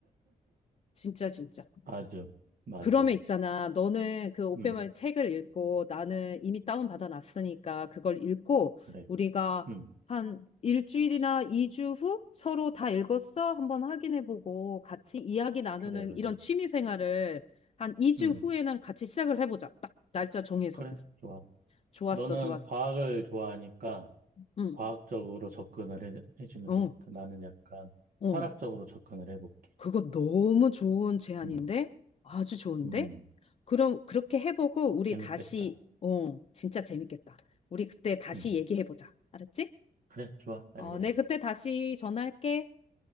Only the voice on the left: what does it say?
진짜, 진짜.
그러면 있잖아. 너는 그 오페머의
책을 읽고 나는 이미 다운받아 놨으니까 그걸 읽고
우리가
한 일주일이나 2주 후 서로 다 읽었어? 한번 확인해보고 같이 이야기 나누는
이런 취미 생활을 한 2주
후에는 같이 시작을 해보자. 딱 날짜 정해서.
좋았어,
좋았어.
응,
어,
어.
그거 너무 좋은 제안인데?
아주 좋은데?
그럼 그렇게 해보고 우리
다시, 어, 진짜 재밌겠다. 우리 그때 다시
얘기해보자. 알았지?
어, 내 그때 다시 전화할게.